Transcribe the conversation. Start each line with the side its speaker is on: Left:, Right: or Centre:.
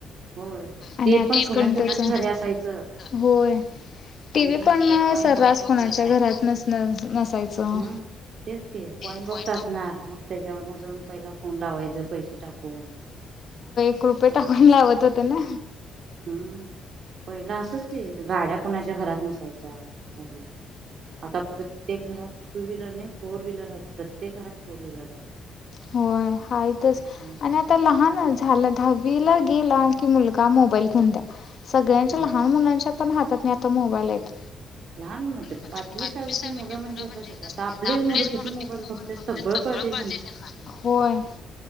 Right: होय
Left: आणि
Right: ते
Left: आताच
Right: पण कुणाच्या
Left: त्या
Right: तरी घरी असायचं
Left: होय टीव्ही
Right: आणि
Left: पण
Right: कॉइन
Left: सर्रास
Right: बॉक्स असायचा
Left: कोणाच्या घरात नसायचं.
Right: हम्म तेच ते कॉइन
Left: होय
Right: बॉक्स असणार मग त्याच्यावरन जाऊन पहिला फोन लावायच पैसे टाकून
Left: होत
Right: पहिला
Left: होतं ना.
Right: हम्म पहिला असंच की गाड्या कोणाच्या घरात नसायच्या घरी आता प्रत्येक घरात टू व्हीलर नाही फोर व्हीलर आहेत प्रत्येक घरात फोर व्हीलर आहेत
Left: होय हायतच
Right: हम्म,
Left: आणि आत्ता लहान झालं. दहावी गेला की मुलगा मोबाईल घेऊन द्या सगळ. लहान
Right: होय
Left: मुलांच्या आनी आता मोबाईल आहेत.
Right: लहान म्हणजे
Left: पाचवी
Right: सहावीची
Left: सहावी ची मुलं
Right: आता
Left: म्हणजे
Right: सगळे
Left: आत्ता
Right: आता आपलेच
Left: आपलीच मुलं किती मोबाईल
Right: बघतात
Left: बघत्यात
Right: सगळं
Left: सगळ
Right: कळते
Left: कळतय त्यांना होय.